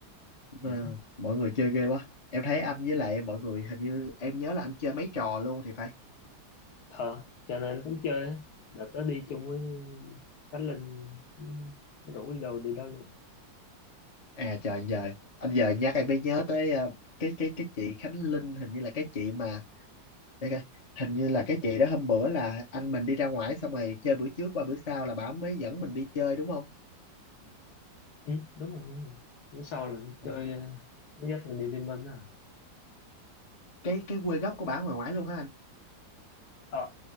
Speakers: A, on the left; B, on the left.
A: mà
B: ừ.
A: mọi người chơi ghê quá em thấy anh với lại mọi người hình như em nhớ là anh chơi mấy trò luôn thì phải
B: ờ cho nên anh cũng chơi á. đợt đó đi chung với Khánh Linh nó rủ đi đâu đi đó luôn
A: à trời anh giờ anh giờ nhắc em mới nhớ tới ờ, cái cái cái chị Khánh Linh hình như là cái chị mà để coi hình như là cái chị đó hôm bữa là anh mình đi ra ngoài xong rồi chơi bữa trước qua bữa sau là bà mới dẫn mình đi chơi đúng không
B: ừ, đúng rồi đúng rồi bữa sau là nó chơi
A: Ồ,
B: à, nó dắt mình đi Vinpearl đó à.
A: cái cái quê gốc của bà ở ngoài ngoài luôn ha anh
B: ờ